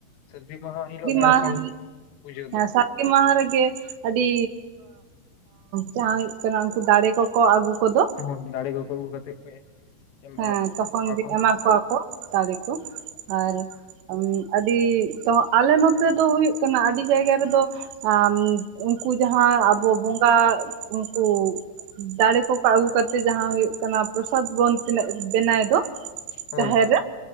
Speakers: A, on the left; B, on the right.
A: ᱥᱟᱹᱨᱫᱤ ᱢᱟᱦᱟ ᱦᱤᱞᱳᱜ ᱜᱮ
B: ᱢᱟᱦᱟ
A: ᱟᱥᱚᱞ ᱯᱩᱡᱟᱹ ᱫᱚ᱾
B: ᱥᱟᱹᱨᱫᱤ ᱢᱟᱦᱟ ᱨᱮᱜᱮ ᱟᱹᱰᱤ ᱡᱟᱦᱟᱸ ᱦᱩᱭᱩᱜ ᱠᱟᱱᱟ ᱩᱱᱠᱩ ᱫᱟᱨᱮ ᱠᱚ, ᱠᱚ ᱟᱹᱜᱩ ᱠᱚᱫᱚ᱾
A: ᱦᱳᱭ ᱫᱟᱲᱮ <unintelligible>
B: ᱦᱮᱸ ᱛᱚᱠᱷᱚᱱ
A: ᱠᱚᱣᱟ
B: ᱜᱮ
A: ᱠᱚ
B: ᱮᱢᱟ ᱠᱚᱣᱟ ᱠᱚ ᱫᱟᱨᱮ ᱠᱚ ᱟᱨ ᱟᱹᱰᱤ, ᱛᱚ ᱟᱞᱮ ᱱᱚᱛᱮ ᱫᱚ ᱦᱩᱭᱩᱜ ᱠᱟᱱᱟ ᱟᱹᱰᱤ ᱡᱟᱭᱜᱟ ᱨᱮᱫᱚ, ᱟᱸ, ᱩᱱᱠᱩ ᱡᱟᱦᱟᱸ ᱟᱵᱚ ᱵᱚᱸᱜᱟ ᱩᱱᱠᱩ ᱫᱟᱲᱮ ᱠᱚᱠᱚ ᱟᱹᱜᱩ ᱠᱟᱛᱮᱫ ᱡᱟᱦᱟᱸ ᱦᱩᱭᱩᱜ ᱠᱟᱱᱟ ᱯᱨᱚᱥᱟᱫᱽ ᱵᱚᱱ ᱛᱤᱱᱟᱹᱜ ᱵᱮᱱᱟᱣ ᱫᱚ
A: ᱦᱳᱭ
B: ᱡᱟᱦᱮᱨ
A: ᱦᱳᱭ
B: ᱨᱮ